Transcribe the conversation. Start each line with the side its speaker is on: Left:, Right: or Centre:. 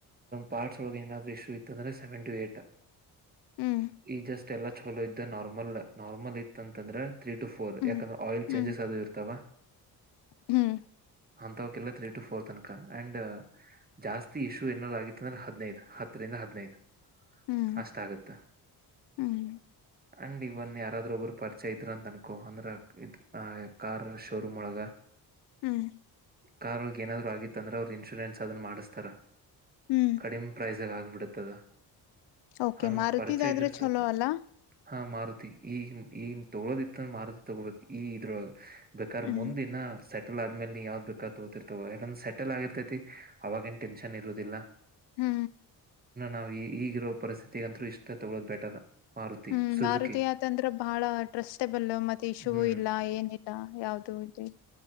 Right: ಪಾರ್ಟ್ಸ್ ಒಳಗೆ ಏನಾದ್ರು ಇಶ್ಯೂ ಇತ್ತು ಅಂದ್ರೆ ಸೆವೆಂಟಿ ಏಟ್
Left: ಹ್ಮ್
Right: ಈ ಜಸ್ಟ್ ಎಲ್ಲ ಚಲೋ ಇದ್ದು ನಾರ್ಮಲ್ ನಾರ್ಮಲ್ ಇತ್ತ ಅಂತಂದ್ರೆ ತ್ರೀ ಟ ಫೋರ್
Left: ಹ್ಮ್
Right: ಯಾಕಂದ್ರೆ ಆಯಿಲ್
Left: ಹ್ಮ್
Right: ಚೇಂಜಸ್ ಅದು ಇರ್ತವಾ
Left: ಹ್ಮ್
Right: ಅಂತವಕಲ್ಲ ತ್ರೀ ಟು ಫೋರ್ ತನಕ ಅಂಡ್ ಜಾಸ್ತಿ ಇಶ್ಯೂ ಏನಾದ್ ಆಗಿತ್ತ ಅಂದ್ರೆ ಹದಿನೈದು ಹತ್ತ ದ ಹದಿನೈದು
Left: ಹ್ಮ್
Right: ಅಷ್ಟ ಆಗುತ್ತ
Left: ಹ್ಮ್
Right: ಅಂಡ್ ಇವನ್ ಯಾರಾದ್ರೂ ಒಬ್ರು ಪರಿಚಯ ಇದ್ರ ಅಂತ ಅನ್ಕೋ ಅಂದ್ರ ಇದ್ ಹ ಕಾರ್ ಶೋರೂಮ್ ಒಳಗ
Left: ಹ್ಮ್
Right: ಕಾರ್ಗ ಏನಾದ್ರು ಆಗಿತ್ತ ಅಂದ್ರೆ ಅವರು ಇನ್ಶೂರೆನ್ಸ್ ಅದನ್ನ ಮಾಡಿಸಸ್ತಾರ
Left: ಹ್ಮ್
Right: ಕಡಿಮ ಪ್ರೈಸ್ ಆಗ್ಬಿಡತ್ತದ
Left: ಓಕೆ
Right: ಹಂಗ
Left: ಮಾರುತಿದಾದ್ರ
Right: ಪರಿಚಯ ಇದ್ರ ಸಾಕ
Left: ಚಲೋ ಅಲ್ಲ
Right: ಹ ಮಾರ ಈಗ ಈಗನ್ ತೊಗೊೋದಿತ್ತ ಮಾರತಿ ತೊಗೊಳ್ಬೇಕು ಈ ಇದ್ರೊ ಬೇಕಾದ್ರೆ
Left: ಹ್ಮ್
Right: ಮುಂದಿನ ಸೆಟಲ್ ಆ ಅ ಆದ್ಮೇಲೆಲಿ ಯಾವ್ದ್ ಬೇಕಾದ ತೋತಿರ್ತವ ಯಾಕಂದ್ರ ಸೆಟಲ್ ಆಗಿರ್ತೈತಿ ಅವಾಗ ಏನ್ ಟೆನ್ಷನ್ ಇರುೋದಿಲ್ಲ
Left: ಹ್ಮ್
Right: ನಾವು ಈಗಿರೋ ಪರಿಸ್ಥಿತಿಗಂತೂ ಇಷ್ಟ ತಗೊೋ ಬ ಬೆಟರ್ ಮಾರುತಿ
Left: ಹ್ಮ್
Right: ಸುಜುಕಿ
Left: ಭಾರತಯತಂದತ್ರ ಬಹಳ ಟ್ರಸ್ಟಬಲ್ ಮತ್ತೆ ಇಶೂೂ
Right: ಹ್ಮ್
Left: ಇಲ್ಲ ಏನಿಲ್ಲ ಯಾವ್ದು ಇ